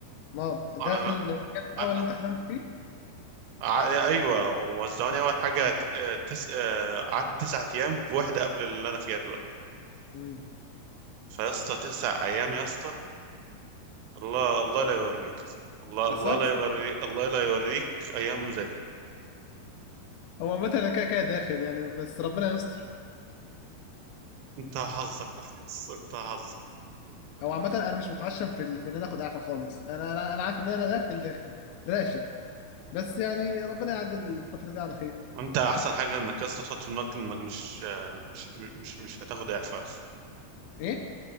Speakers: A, on the left; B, on the right.
A: ما ده
B: انا أنا-
A: في المكان الاول اللي
B: أ-
A: انت خدمت فيه؟
B: أ- ايوه وموزعوني اول حاجه ت- تس... آه، قعدت تسعة ايام في واحده قبل اللي انا فيها دلوقتي
A: مم.
B: فيا اسطى تسع ايام يا اسطى الله الله لا يوريك الله
A: بس
B: الله
A: هو
B: لا يوريك الله لا يوريك ايام زي كده
A: هو مثلا انا كده كده داخل يعني بس ربنا يستر
B: انت حظك انت حظك
A: هو
B: آه.
A: عامة أنا مش متعشم في ال- في إن أنا آخد إعفاء خالص أنا أنا أنا عارف إن أنا داخل داخل راشق بس يعني ربنا يعدل الفترة دي على خير
B: وانت احسن حاجه انك يا اسطى تحط في دماغك انك مش آه، مش مش مش هتاخد اعفاء
A: إيه؟